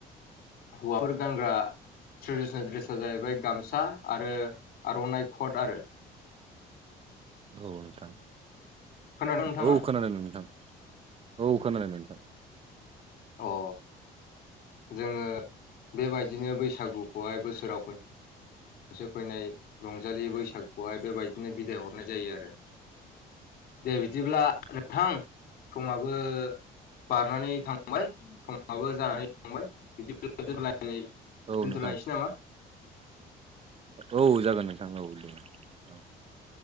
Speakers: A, on the left; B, on the right.
A: हौवाफोर गानग्रा ट्रेडिसनेल दड्रेसा जाहैबाय गामसा आरो आर'नाइ खट आरो।
B: औ नोंथां
A: खोनादों नोंथाङा
B: औ औ खोनादों नोंथां औ खोनादों नोंथां।
A: अ जोङो बेबायदिनो बैसागुखौहाय बोसोराव खन से फैनाय रंजालि बैसागुखौहाय बेबायदिनो बिदाय हरनाय जायो आरो। दे बिदिब्ला नोंथां समाबो बारनानै थांबाय सम समाबो जानानै थांबाय बिदिबा दोनथलायनानै दोनथ'लायनोसै
B: औ नोंथां
A: नामा?
B: औ जागोन नोंथां औ दे औ